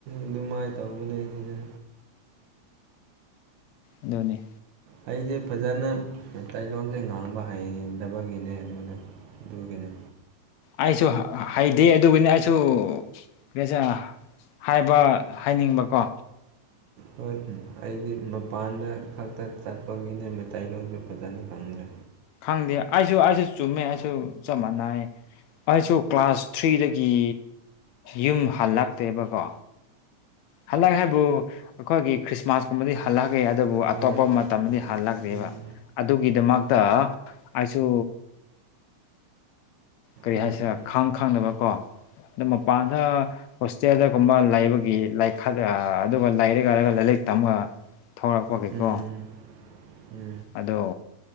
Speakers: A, on the right; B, on the left.
A: ꯑꯗꯨꯃꯥꯏꯅ ꯇꯧꯕꯅꯦ ꯁꯤꯟꯅ
B: ꯑꯗꯨꯅꯤ
A: ꯑꯩꯁꯦ ꯐꯖꯅ ꯃꯇꯩꯂꯣꯟꯁꯦ ꯉꯥꯡꯕ ꯍꯩꯗꯕꯒꯤꯅꯦ ꯑꯗꯨꯗꯥ ꯑꯗꯨꯒꯤꯅꯤ
B: ꯑꯩꯁꯨ ꯍꯩꯗꯦ ꯑꯗꯨꯒꯤꯅꯤ ꯑꯩꯁꯨꯁ ꯍꯥꯏꯕ ꯍꯥꯏꯅꯤꯡꯕꯀꯣ
A: ꯍꯣꯏ ꯑꯩꯗꯤ ꯃꯄꯥꯟꯗ ꯈꯛꯇ ꯆꯠꯄꯒꯤꯅꯦ ꯃꯩꯇꯩ ꯂꯣꯟꯁꯨ ꯐꯖꯅ ꯈꯪꯗꯦ
B: ꯈꯪꯗꯦ ꯑꯩꯁꯨ ꯑꯩꯁꯨ ꯆꯨꯝꯃꯦ ꯑꯩꯁꯨ ꯆꯞ ꯃꯥꯟꯅꯩ ꯑꯩꯁꯨ ꯀ꯭ꯂꯥꯁ ꯊ꯭ꯔꯤꯗꯒꯤ ꯌꯨꯝ ꯍꯜꯂꯛꯇꯦꯕ ꯀꯣ ꯍꯜꯂꯛꯑꯦ ꯍꯥꯏꯕꯨ ꯑꯩꯈꯣꯏꯒꯤ ꯈ꯭ꯔꯤꯁꯃꯥꯁ ꯀꯨꯝꯕꯗꯤ ꯍꯜꯂꯛꯒꯦ ꯑꯗꯨꯕꯨ
A: ꯍꯣꯏ
B: ꯑꯇꯣꯞꯄ ꯃꯇꯝꯗꯗꯤ ꯍꯜꯂꯛꯗꯦꯕ
A: ꯎꯝ
B: ꯑꯗꯨꯒꯤꯗꯃꯛꯇ ꯑꯩꯁꯨ ꯀꯔꯤ
A: ꯎꯝ
B: ꯍꯥꯏꯁꯤꯔ ꯈꯪ ꯈꯪꯗꯕ ꯀꯣ ꯃꯄꯥꯟꯗ ꯍꯣꯁꯇꯦꯜꯗꯒꯨꯝꯕ ꯂꯩꯕꯒꯤ ꯂꯥꯏꯛ <unintelligible> ꯑꯗꯨꯒ ꯂꯥꯏꯔꯛ ꯍꯥꯏꯔꯒ ꯂꯥꯏꯔꯤꯛ ꯇꯝꯃ ꯊꯣꯛꯂꯛꯄꯒꯤ
A: ꯎꯝ ꯎꯝ
B: ꯀꯣ
A: ꯎꯝ
B: ꯑꯗꯣ